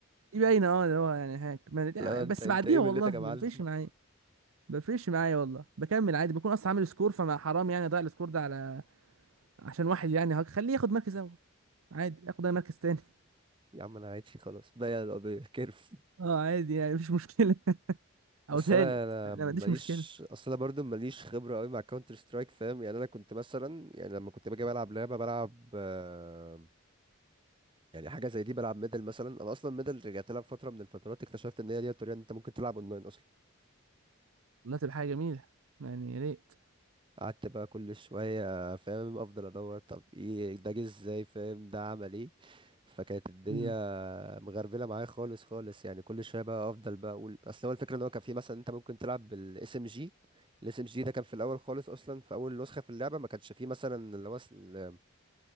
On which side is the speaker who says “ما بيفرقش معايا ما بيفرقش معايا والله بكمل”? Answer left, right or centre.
Right